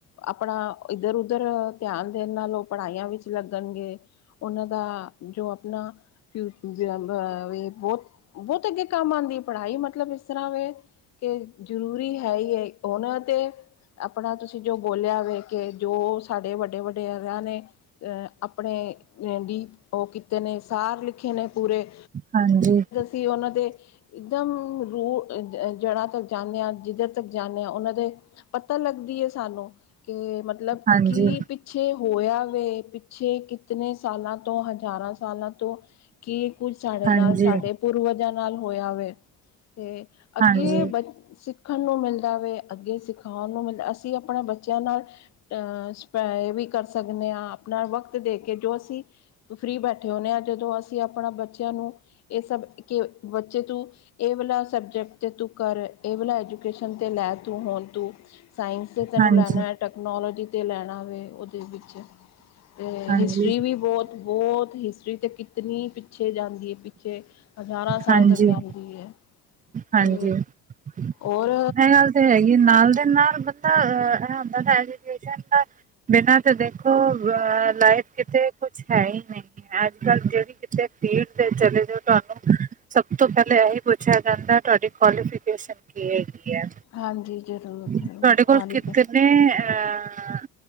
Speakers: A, on the left (about 60°); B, on the right (about 25°).
A: ਆਪਣਾ ਇੱਦਰ ਉੱਦਰ ਧਿਆਨ ਦੇਣ ਨਾਲੋਂ ਪੜ੍ਹਾਈਆਂ ਵਿੱਚ ਲੱਗਨਗੇ ਉਨਾਂ ਦਾ ਜੋ ਆਪਨਾ <unintelligible> ਬੋਤ-ਬੋਤ ਅੱਗੇ ਕੰਮ ਆਂਦੀ ਐ ਪੜ੍ਹਾਈ ਮਤਲਬ ਇਸ ਤਰ੍ਹਾਂ ਵੇ ਕੇ ਜ਼ਰੂਰੀ ਐ ਹੈਈ ਐ ਹੂਨ ਤੇ ਆਪਣਾ ਤੁਸੀਂ ਜੋ ਬੋਲਯਾ ਵੇ ਕੇ ਜੋ ਸਾਡੇ ਵੱਡ ਵੱਡੇਰਆਂ ਨੇ ਅਹ ਆਪਣੇ ਡੀ ਉਹ ਕੀਤੇ ਨੇ ਸਾਰ ਲਿਖੇ ਨੇ ਪੂਰੇ
B: ਹਾਂਜੀ
A: ਤੀ ਉਨਾਂ ਦੇ ਇੱਕਦਮ ਰੂ ਅ ਅ ਜੜ੍ਹਾਂ ਤੱਕ ਜਾਂਨੇ ਆ ਜਿੱਦੇ ਤ ਜਾਂਨੇ ਆ ਉਨਾਂ ਦੇ ਪਤਾ ਲੱਗਦੀ ਐ ਸਾਨੂੰ ਕੇ ਮਤਲਬ
B: ਹਾਂਜੀ
A: ਕੀ ਪਿੱਛੇ ਹੋਇਆ ਵੇ ਪਿੱਛੇ ਕਿਤਨੇ ਸਾਲਾਂ ਤੋਂ ਹਜ਼ਾਰਾਂ ਸਾਲਾਂ ਤੋਂ ਕੀ ਕੁੱਝ ਸਾਡੇ
B: ਹਾਂਜੀ
A: ਨਾਲ ਸਾਡੇ ਪੂਰਵਜਾਂ ਨਾਲ ਹੋਇਆ ਵੇ। ਤੇ ਅੱਗੇ
B: ਹਾਂਜੀ
A: ਬ ਸਿੱਖ ਨੂੰ ਮਿਲਦਾ ਵੇ ਅੱਗੇ ਸਿਖਾਉਣ ਨੂੰ ਮਿਲਦਾ ਅਸੀਂ ਆਪਣੇ ਬੱਚਿਆਂ ਨਾਲ ਅ ਸਪਾਏ ਵੀ ਕਰ ਸਗਨੇ ਆਂ ਆਪਣਾ ਵਕਤ ਦੇ ਕੇ ਜੋ ਅਸੀਂ ਫਰੀ ਬੈਠੇ ਹੋਂਨੇ ਆਂ ਜਦੋਂ ਅਸੀਂ ਆਪਣਾ ਬੱਚਿਆਂ ਨੂੰ ਏ ਸਬ ਕਿ ਬੱਚੇ ਤੂੰ ਏ ਵਾਲਾ ਸਬਜੈਕਟ ਤੂੰ ਕਰ ਏ ਵਾਲਾ ਏਜੂ ਤੂਇਸ਼ਨ ਤੇ ਲੈ ਤੂੰ ਹੋਨ ਤੂੰ ਸਾਇੰਸ 'ਚ ਤੈਨੂੰ
B: ਹਾਂਜੀ
A: ਲੈਣਾ ਐ ਟੈਕਨੋਲੋਜੀ 'ਤੇ ਲੈਣਾ ਵੇ ਉਦੇ ਵਿੱਚ ਤੇ
B: ਹਾਂਜੀ
A: ਹਿਸਟਰੀ ਵੀ ਬੋਤ-ਬੋਤ ਹਿਸਟਰੀ ਤੇ ਕਿ ਤਨੀ ਪਿੱਛੇ ਜਾਂਦੀ ਐ ਪਿੱਛੇ ਹਜ਼ਾਰਾਂ ਸਾਲ
B: ਹਾਂਜੀ
A: ਤੱਕ ਜਾਂਦੀ ਐ
B: ਹਾਂਜੀ
A: ਤੇ
B: ਇਹ
A: ਔਰ
B: ਗੱਲ ਤੇ ਹੈਗੀ ਨਾਲ ਦੇ ਨਾਲ ਬਚੇ ਏ ਹੁੰਦਾ ਏਜੂਕੇਸ਼ਨ ਦਾ ਬਿਨਾਂ ਤਾਂ ਦੇਖੋ ਅ ਲਾਈਫ ਕਿਤੇ ਕੁਛ ਹੈ ਹੀ ਨਹੀਂ। ਅੱਜ ਕੱਲ੍ਹ ਜਿਹੜੀ ਕਿਥੇ ਕੀਤੇ ਪੀਡ ਤੇ ਚਲੇ ਜਾਉ। ਤੁਹਾਨੂੰ ਸਭ ਤੋਂ ਪਹਿਲਾਂ ਇਹੀ ਪੁੱਛਿਆ ਜਾਂਦਾ ਤੁਹਾਡੀ ਕੁਆਲੀਫਿਕੇਸ਼ਨ ਕੀ ਹੈਗੀ ਹੈ।
A: ਹਾਂਜੀ ਜ਼ਰੂਰ
B: ਤੁਹਾਡੇ
A: ਜ਼ਰੂਰ
B: ਕੋਲ
A: ਕੁਆਲੀਫਾਈ
B: ਕਿਤੇ ਨੇ ਅਹ